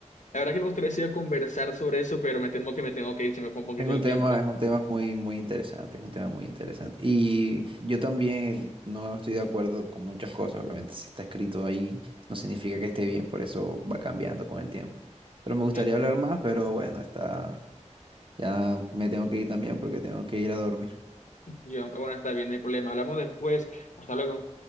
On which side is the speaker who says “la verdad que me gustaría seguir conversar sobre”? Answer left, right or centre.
Left